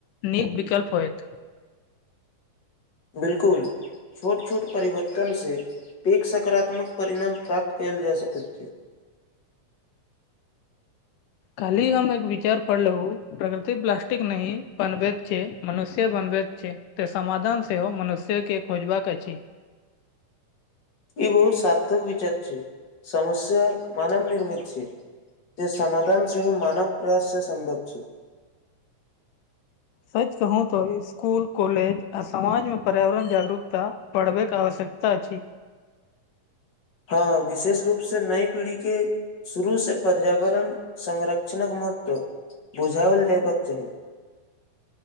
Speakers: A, on the left (about 80°); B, on the left (about 40°).
A: नीक विकल्प होएत
B: बिलकुल छोट छोट परिवर्तनसँ एक सकारात्मक परिणाम प्राप्त कयल जा सकैत छै
A: काल्हि हम एक विचार पढ़लेहु प्रकृति प्लास्टिक नी बनबैत छै मनुष्य बनबैत छै तऽ समाधान सेहो मनुष्य के खोजबाक अछि
B: ई बहुत सार्थक विचार छै समस्या मानव निर्मित छै जे समाधान सेहो मानव प्रयास से सम्भव छै
A: सच कहू तऽ स्कुल कॉलेज आ समाजमे पर्यावरण जागरूकता पढ़बैके आवश्यकता छै
B: हँ विशेष रूप से नई पीढ़ी के शुरूसँ पर्यावरण संरक्षणक महत्व बुझाओल जयबाक चाही